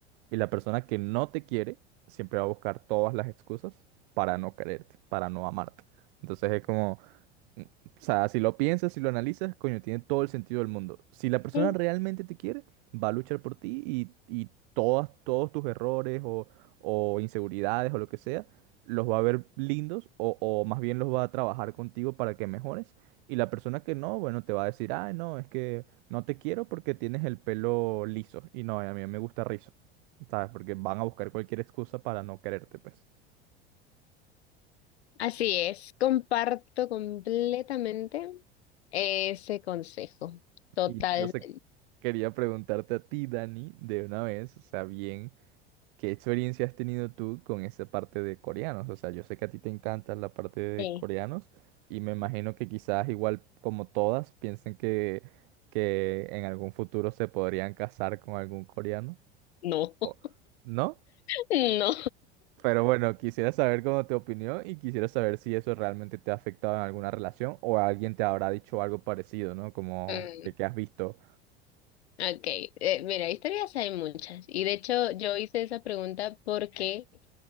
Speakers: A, on the right; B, on the left.
A: Y la persona que no te quiere siempre va a buscar todas las excusas para no quererte, para no amarte. Entonces es como... O sea, si lo piensas, si lo analizas, coño, tiene todo el sentido del mundo. Si la persona
B: sí,
A: realmente te quiere, va a luchar por ti y, y todas, todos tus errores o, o inseguridades o lo que sea, los va a ver lindos o, o más bien los va a trabajar contigo para que mejores. Y la persona que no, bueno, te va a decir, ah no, es que no te quiero porque tienes el pelo liso. Y no, a mí me gusta rizo. ¿Sabes? Porque van a buscar cualquier excusa para no quererte, pues.
B: así es. Comparto completamente ese consejo. Totalmente.
A: Y entonces quería preguntarte a ti, Dani, de una vez, o sea, bien ¿Qué experiencia has tenido tú con esa parte de coreanos? O sea, yo sé que a ti te encanta la parte de
B: Sí.
A: coreanos y me imagino que quizás igual como todas piensen que, que en algún futuro se podrían casar con algún coreano.
B: No,
A: o-
B: <laughs>
A: ¿No?
B: no.
A: Pero bueno, quisiera saber cómo te opinión y quisiera saber si eso realmente te ha afectado en alguna relación o alguien te habrá dicho algo parecido, ¿no? Como
B: Mm,
A: que, que has visto.
B: ok, Eh, mira, historias hay muchas. Y de hecho yo hice esa pregunta porque